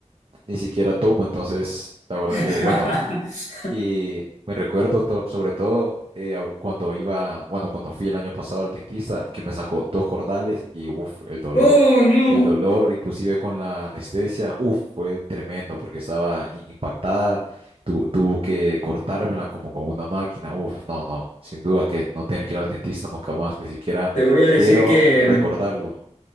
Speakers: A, on the right; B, on the left.
A: ni siquiera tomo, entonces, la verdad
B: <laughs>
A: que, bueno, Y me recuerdo to- sobre todo eh, ab- cuando iba, bueno, cuando fui el año pasado al dentista, que me sacó dos cordales y uff, el dolor,
B: ¡Uy, no!
A: el dolor, inclusive con la anestesia, uff, fue tremendo porque estaba i- impactada, tu- tuvo que cortármela como con una máquina, uff, no, no, sin duda que no tener que ir al dentista nunca más, ni siquiera
B: Te voy a decir
A: quiero
B: que
A: recordarlo.